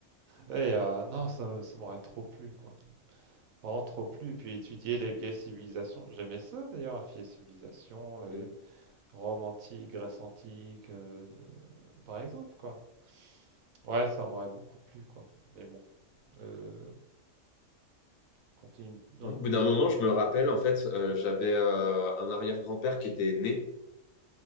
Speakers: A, on the right; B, on the left.
A: Et euh, non, ça, me- ça m'aurait trop plu, quoi. Vraiment trop plu. Et puis étudier les vieilles civilisations. J'aimais ça, d'ailleurs, les vieilles civilisations,
B: Mm.
A: Rome antique, Grèce antique, euh, par exemple, quoi. Ouais, ça m'aurait beaucoup plu, quoi. Mais bon, euh, quand tu es une- dans
B: Au
A: une
B: bout
A: petite
B: d'un moment,
A: ville.
B: je me
A: euh,
B: rappelle, en
A: ouais.
B: fait, euh, j'avais euh, un arrière-grand-père qui était né.